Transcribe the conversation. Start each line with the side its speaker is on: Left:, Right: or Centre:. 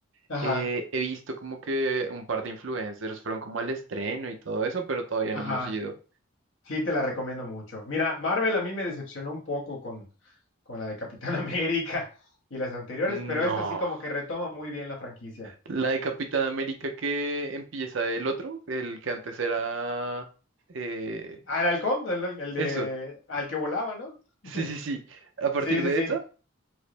Left: Ajá,
Right: eh, he visto como que un par de influencers fueron como al estreno y todo eso, pero todavía
Left: ajá.
Right: no hemos ido.
Left: Sí, te la recomiendo mucho. Mira, Marvel a mí me decepcionó un poco con, con la de Capitán <laughs> América y las anteriores,
Right: No.
Left: pero esta sí como que retoma muy bien la franquicia.
Right: La de Capitán América que empieza el otro, el que antes era... eh,
Left: Al halcón, el, el de
Right: eso,
Left: al que volaba, ¿no?
Right: sí,
Left: <laughs>
Right: sí, sí. A partir
Left: Sí, sí,
Right: de
Left: sí.
Right: eso...